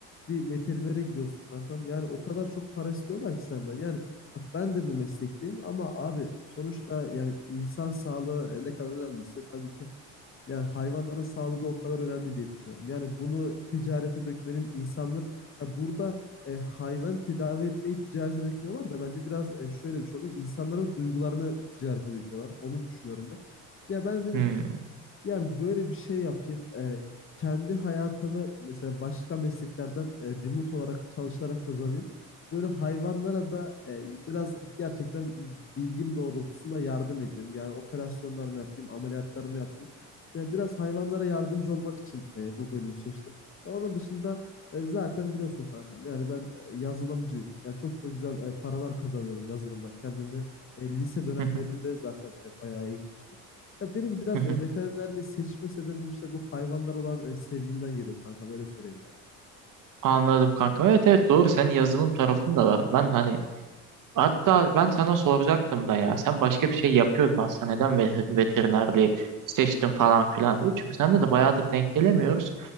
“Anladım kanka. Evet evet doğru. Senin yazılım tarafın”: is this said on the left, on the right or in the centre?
Right